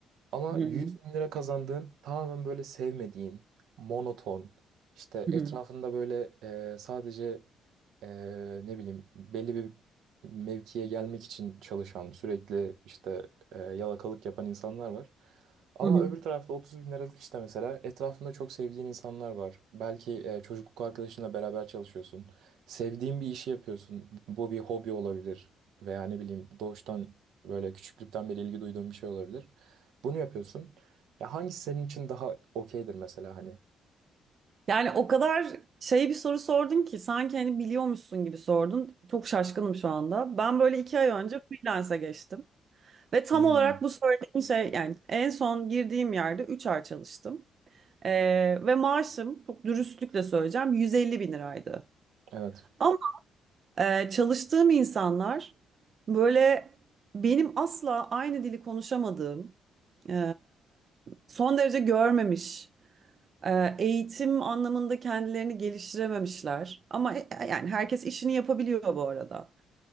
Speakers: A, on the right; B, on the right.
A: Ama
B: Hı
A: 100
B: hı.
A: bin lira kazandığın tamamen böyle sevmediğin, monoton, işte
B: Hı
A: etrafında
B: hı.
A: böyle e, sadece e, ne bileyim belli bir mevkiye gelmek için çalışan, sürekli işte e, yalakalık yapan insanlar var. Ama
B: Hı hı.
A: öbür tarafta 30 bin liralık işte mesela etrafında çok sevdiğin insanlar var. Belki e, çocukluk arkadaşınla beraber çalışıyorsun. Sevdiğin bir işi yapıyorsun. Bu bir hobi olabilir veya ne bileyim doğuştan böyle küçüklükten beri ilgi duyduğun bir şey olabilir. Bunu yapıyorsun. Ya hangisi senin için daha okeydir mesela hani?
B: Yani o kadar şey bir soru sordun ki sanki hani biliyormuşsun gibi sordun. Çok şaşkınım şu anda. Ben böyle iki ay önce freelance'e geçtim. Ve tam
A: Hmm,
B: olarak bu söylediğin şey yani en son girdiğim yerde 3 ay çalıştım. Ee, ve maaşım çok dürüstlükle söyleyeceğim 150 bin liraydı.
A: evet.
B: Ama e, çalıştığım insanlar böyle benim asla aynı dili konuşamadığım, e, son derece görmemiş ee, Eğitim anlamında kendilerini geliştirememişler. Ama e- e, yani herkes işini yapabiliyor bu arada.